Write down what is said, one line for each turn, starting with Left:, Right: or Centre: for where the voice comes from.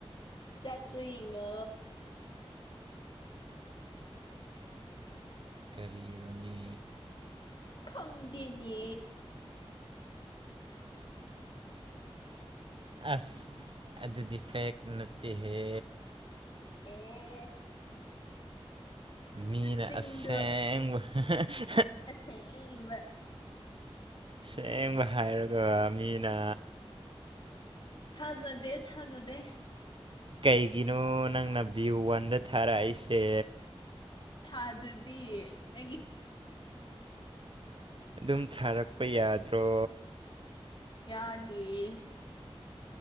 Left: ꯆꯠꯗꯨꯏꯉꯣ
Right: ꯀꯔꯤꯔꯨꯅꯦ
Left: ꯈꯪꯗꯦꯅꯦ
Right: ꯑꯁ ꯑꯗꯨꯗꯤ ꯐꯦꯛ ꯅꯠꯇꯦꯍꯦ
Left: ꯑꯦ
Right: ꯃꯤꯅ
Left: ꯅꯆꯤꯡꯗꯣ
Right: ꯑꯁꯦꯡꯕ <unintelligible>
Left: ꯑꯁꯦꯡꯕ
Right: ꯁꯦꯡꯕ ꯍꯥꯏꯔꯒ ꯃꯤꯅ
Left: ꯊꯥꯖꯗꯦ ꯊꯥꯖꯗꯦ
Right: ꯀꯩꯒꯤꯅꯣ ꯅꯪꯅ ꯚ꯭ꯌꯨ ꯋꯥꯟꯗ ꯊꯥꯔꯛꯏꯁꯦ
Left: ꯊꯥꯗ꯭ꯔꯗꯤ ꯑꯩꯒꯤ
Right: ꯑꯗꯨꯝ ꯊꯥꯔꯛꯄ ꯌꯥꯗ꯭ꯔꯣ
Left: ꯌꯥꯗꯤꯌꯦ